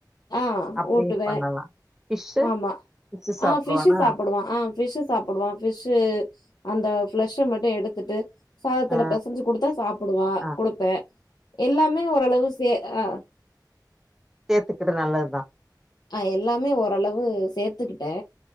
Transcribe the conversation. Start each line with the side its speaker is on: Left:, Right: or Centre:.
Left: ஆ
Centre: அப்டியு
Left: ஊட்டுவே
Centre: பண்ணலா ஃபிஷ்ஷு
Left: ஆமா
Centre: ஃபிஷ்ஷு சாப்டுவானா
Left: ஆ ஃபிஷ்ஷு சாப்பிடுவா ஆ ஃபிஷ்ஷு சாப்பிடுவா ஃபிஷ்ஷூ அந்த ஃபளெஷ்ஷ மட்டு எடுத்துட்டு சாதத்துல
Centre: ஆ
Left: பெசஞ்சு குடுத்தா சாப்பிடுவா
Centre: ஆ
Left: குடுப்பே எல்லாமே ஓரளவு சே ஆ
Centre: சேத்துக்குடு நல்லதுதா
Left: அ எல்லாமே ஒரளவு சேத்துக்கிட்டே